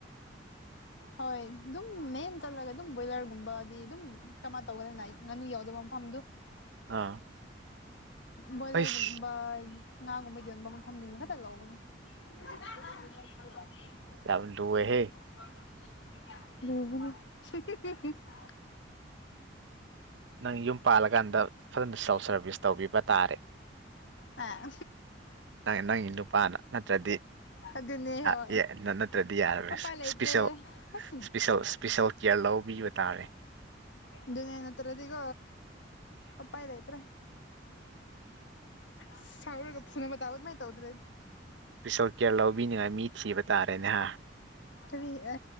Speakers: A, on the left (about 75°); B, on the right (about 75°).
A: ꯍꯣꯏ ꯑꯗꯨꯝ ꯃꯦꯟ ꯆꯠꯂꯒ ꯑꯗꯨꯝ ꯕꯣꯏꯂꯔꯒꯨꯝꯕꯗꯤ ꯑꯗꯨꯝ ꯀꯃꯥꯏ ꯇꯧꯒꯅꯤꯅꯥꯏ ꯉꯥꯅꯨ ꯌꯥꯎꯗꯕ ꯃꯐꯝꯗꯨ
B: ꯑꯥ
A: ꯕꯣꯏꯂꯔꯒꯨꯝꯕ
B: ꯑꯩꯁ
A: ꯉꯥꯒꯨꯝꯕ ꯌꯣꯟꯕ ꯃꯐꯝ ꯈꯛꯇ ꯂꯧꯕꯅꯦ <unintelligible>
B: ꯌꯥꯝ ꯂꯨꯢꯍꯦ
A: <inaudible>
B: ꯅꯪ ꯌꯨꯝ ꯄꯥꯜꯂꯀꯥꯟꯗ ꯐꯖꯅ ꯁꯦꯜꯐ ꯁꯔꯚꯤꯁ ꯇꯧꯕꯤꯕ ꯇꯥꯔꯦ
A: ꯑꯥ
B: ꯅꯪ ꯅꯪꯒꯤ ꯅꯨꯄꯥꯅ ꯅꯠꯇ꯭ꯔꯗꯤ
A: ꯑꯗꯨꯅꯦ
B: ꯑ
A: ꯍꯣꯏ
B: ꯑꯦ ꯅ ꯅꯠꯇ꯭ꯔꯗꯤ ꯌꯥꯔꯔꯣꯏ
A: ꯎꯄꯥꯏ
B: ꯁ
A: ꯂꯩꯇ꯭ꯔꯦ
B: ꯁ꯭ꯄꯤꯁꯦꯜ
A: ꯑꯁ
B: ꯁ꯭ꯄꯤꯁꯦꯜ ꯁ꯭ꯄꯤꯁꯦꯜ ꯀ꯭ꯌꯥꯔ ꯂꯧꯕꯤꯕ ꯇꯥꯔꯦ
A: ꯑꯗꯨꯅ‌ꯦ‌ ꯅꯠꯇꯔꯥꯗꯤꯀꯣ ꯎꯄꯥꯏ ꯂꯩꯇ꯭ꯔꯦ ꯁꯥꯎꯔꯒ ꯐꯨꯅꯕ ꯇꯥꯕ ꯑꯗꯨꯃꯥꯏ ꯇꯧꯗꯔꯥꯗꯤ
B: ꯏꯁꫭꯔ ꯀꯦꯌꯔ ꯂꯧꯕꯤꯅꯤꯉꯥꯏ ꯃꯤ ꯊꯤꯕ ꯇꯥꯔꯦꯅꯦꯍꯥ
A: ꯀꯔꯤ ꯑ